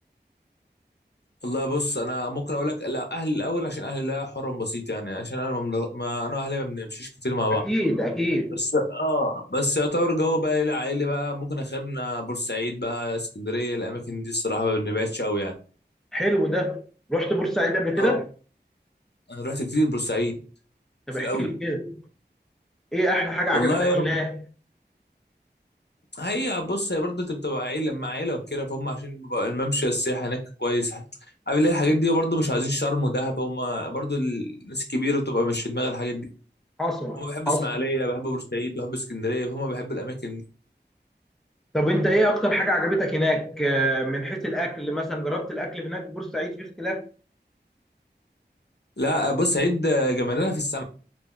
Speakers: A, on the left; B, in the centre.
A: والله بص انا ممكن اقول لك لا اهلي الاول عشان اهلي لا حر بسيط يعني عشان انا ممل... ما انا واهلي ما بنمشيش كتير مع
B: اكيد
A: بعض
B: اكيد
A: بس اه بس يعتبر جو بقى ايه العائلي بقى ممكن اخرنا بورسعيد بقى اسكندريه الاماكن دي الصراحه ما بنبعدش قوي يعني
B: حلو ده رحت بورسعيد قبل كده
A: اه انا رحت كتير بورسعيد
B: طب
A: كتير
B: احكي
A: قوي
B: لي كده ايه احلى حاجه
A: والله
B: عجبتك هناك
A: هي بص هي برضه انت بتبقى عيلة مع عيلة وكده فهم عشان بيبقى الممشى السياحي هناك كويس عارف ليه الحاجات دي برضه مش عايزين شرم ودهب هم برضه الناس الكبيرة بتبقى مش في دماغها الحاجات دي
B: حصل
A: هم بيحبوا
B: حصل
A: اسماعيلية بيحبوا بورسعيد بيحبوا اسكندرية هم بيحبوا الأماكن دي
B: طب انت ايه اكتر حاجه عجبتك هناك آه، من حيث الاكل مثلا جربت الاكل هناك في بورسعيد في اختلاف
A: لا بورسعيد جمالها في السمك